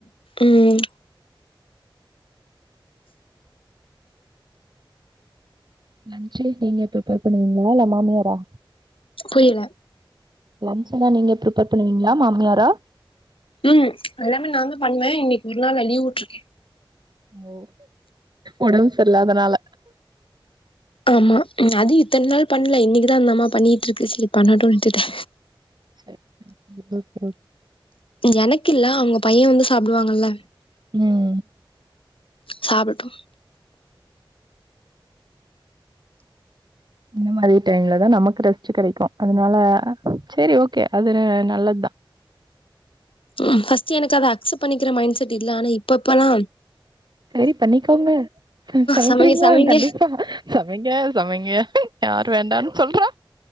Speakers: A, on the left; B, on the right.
A: ம்
B: லன்ச்சு நீங்க பிரிப்பேர் பண்ணுவீங்களா இல்ல மாமியாரா
A: புரியல
B: லன்ச்சு எல்லா நீங்க பிரிப்பர் பண்ணுவீங்களா மாமியாரா
A: ம் அதல்லாமே நா தா பண்ணுவே இன்னக்கி ஒரு நாள் நா லீவ் உட்ருக்கே
B: ஓ ஒடம்பு சர்லாதனால
A: ஆமா அது இத்தன் நாள் பண்ல இன்னக்குதா அந்தந்தம்மா பண்ணிட்டு இருக்கு சரி பண்ணடுன் விட்டுடே
B: சர் சர் ஓகே ஓ
A: எனக்கு இல்ல அவுங்க பையே வந்து சாப்டுவாங்கல்ல
B: ம்
A: சாப்பட்டு
B: இந்த மாரி டைம்ல தா நமக்கு ரெஸ்ட் கெடைக்கு அதுனால சரி ஓகே அதுன நல்லது தா
A: ம் ஃபஸ்ட் எனக்கு அத அக்சப்ட் பண்ணிக்கிற மைண்ட் செட் இல்ல ஆனா இப்ப இப்பல்லா
B: சரி பண்ணிக்கோங்க சமைக்கிறீங்களா
A: சமைங்க சமைங்க.
B: கண்டிப்பா சமைங்க சமைங்க யார் வேண்டான் சொல்றா